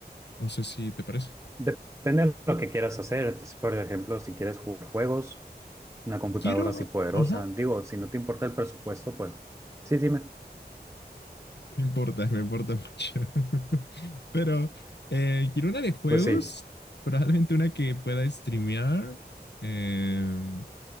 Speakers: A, on the left; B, on the right.
A: No sé si te parece.
B: Depende de lo que quieras hacer. Entonces, Por ejemplo, si quieres jugar juegos, una computadora
A: Quiero,
B: así poderosa.
A: ajá,
B: Digo, si no te importa el presupuesto, pues sí, dime.
A: Me importa, me importa mucho. <laughs> Pero eh, quiero una de juegos,
B: Pues sí.
A: probablemente una que pueda streamear, eh,